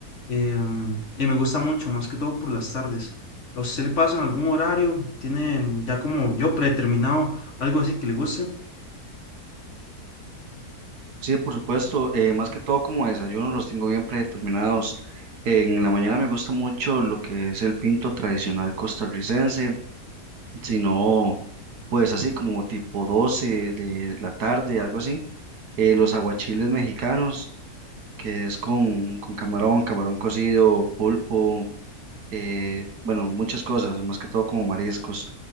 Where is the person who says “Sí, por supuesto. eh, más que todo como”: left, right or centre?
Right